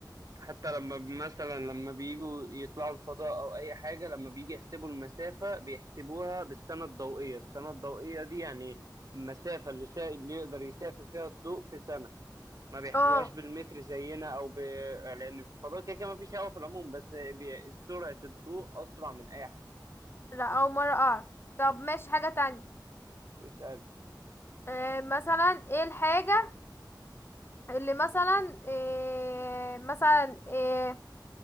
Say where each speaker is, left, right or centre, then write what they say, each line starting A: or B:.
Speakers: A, on the right; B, on the left.
A: حتى لما ب- مثلا لما بيجوا يطلعوا الفضاء او اي حاجه لما بيجي يحسبوا المسافه بيحسبوها بالسنه الضوئيه السنه الضوئيه دي يعني المسافه اللي سا... اللي يقدر يسافر فيها الضوء في سنه ما بيحسبوهاش
B: اه
A: بالمتر زينا او ب... لان في الفضاء كده كده ما فيش هواء في العموم بس بي... سرعه الضوء اسرع من اي حاجه
B: لا اول مرة اعرف طب ماشي حاجة تانية
A: اسال
B: آه مثلا ايه الحاجة اللي مثلا إيه مثلا إيه